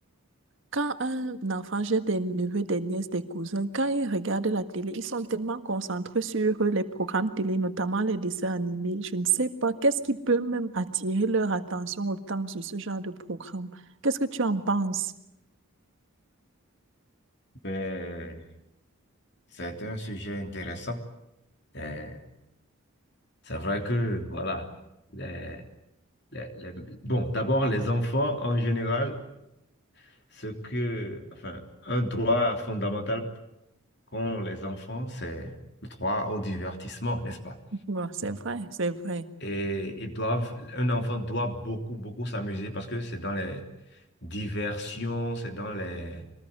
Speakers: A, on the right (about 60°); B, on the left (about 50°).
A: quand un enfant, j'ai des neveux, des nièces, des cousins, quand ils regardent la télé, ils sont tellement concentrés sur les programmes télé, notamment les dessins animés. Je ne sais pas, qu'est-ce qui peut même attirer leur attention autant sur ce genre de programme? Qu'est-ce que tu en penses?
B: Ben, c'est un sujet intéressant. Euh, c'est vrai que, voilà, les, les- les- bon, d'abord, les enfants en général, ce que, enfin, un droit fondamental qu'ont les enfants, c'est le droit au divertissement, n'est-ce pas?
A: Ouais, c'est vrai, c'est vrai.
B: Et ils doivent, un enfant doit beaucoup, beaucoup s'amuser parce que c'est dans les diversions, c'est dans les,